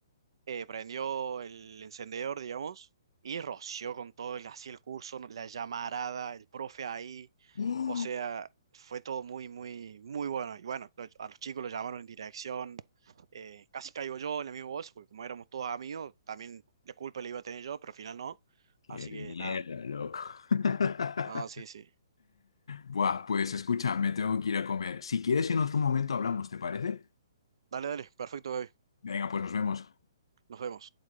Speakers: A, on the right (about 70°); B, on the left (about 85°).
A: eh, prendió el encendedor, digamos, y roció con todo el, así el curso, ¿no? la llamarada, el profe ahí.
B: <gasps>
A: O sea, fue todo muy, muy, muy bueno. Y bueno, lo- a los chicos los llamaron en dirección. eh, casi caigo yo en el mismo bolso, porque como éramos todos amigos, también la culpa la iba a tener yo, pero al final no.
B: ¡Qué
A: Así
B: mierda,
A: que nada,
B: loco! <laughs>
A: nada, sí, sí.
B: Buah, pues escucha, me tengo que ir a comer. Si quieres, en otro momento hablamos, ¿te parece?
A: Dale, dale, perfecto, baby.
B: Venga, pues nos vemos.
A: Nos vemos.